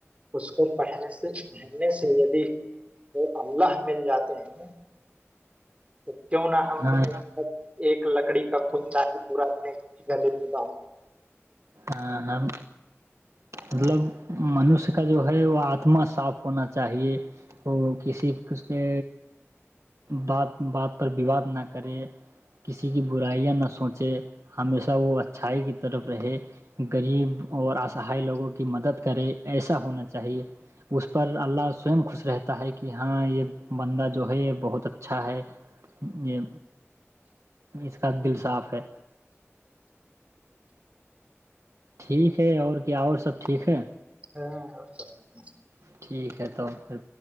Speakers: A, on the right; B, on the right.
A: اس کو پہنے سے پہننے سے دی وہ اللہ مل جاتے ہیں <inaudible> کیوں نہ ہم
B: ہاں
A: ایک لکڑی کا خندا ہے پورا اپنے گلے میں ب
B: ہاں ہم مطلب منوش کا جو ہے وہ آتما صاف ہونا چاہیے وہ کسی کے بات بات پر وواد نہ کرے کسی کی برائیاں نہ سوچ <inaudible> ہمیشہ وہ اچ چھائی کی طرف رہے گغریب اور آسان لوگوں کی مدد کرے ایسا ہونا چاہیے اس پر اللہ سو خوش رہتا ہے کہ ہاں یہ بندہ جو ہے یہ بہت اچھا ہے یہ اس کا دل صاف ہے ٹھیک ہے اور کیا اور سب ٹھیک ہے
A: <inaudible> <inaudible>
B: ٹھیک ہے توب پھر